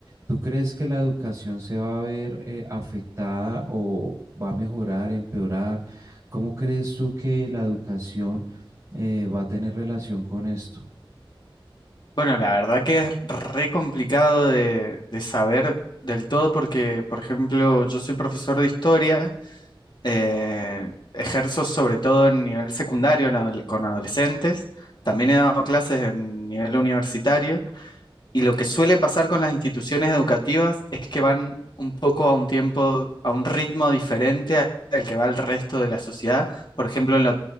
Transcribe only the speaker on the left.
Bueno, la verdad que es re complicado de, de saber del todo porque, por ejemplo, yo soy profesor de historia, eh, ejerzo sobre todo en nivel secundario en adole- con adolescentes, también he dado clases en nivel universitario y lo que suele pasar con las instituciones educativas es que van un poco a un tiempo, a un ritmo diferente a- al que va el resto de la sociedad, por ejemplo, en lo